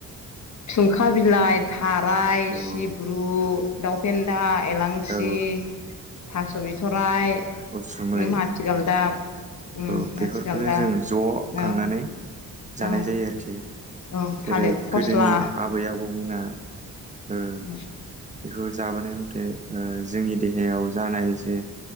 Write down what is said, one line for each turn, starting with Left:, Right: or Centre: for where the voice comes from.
Left: थुंखा बिलाइ थाराइ
Right: ओ
Left: सिब्रु दावफेनदा एलांसि
Right: औ
Left: थास' बिथराय
Right: उसुमै
Left: माथिगालदाब उम
Right: औ बेफोरखौनो
Left: माथिगालदाब
Right: जों ज' खांनानै
Left: औ
Right: जानाय
Left: औ
Right: जायो आरोखि
Left: औ
Right: जेरै
Left: थालिर फस्ला
Right: गोदोनि आबै आबौमोना ओ
Left: औ
Right: बेखौ जाबोनाय मथे ओ जोंनि देहायाव जानाय जे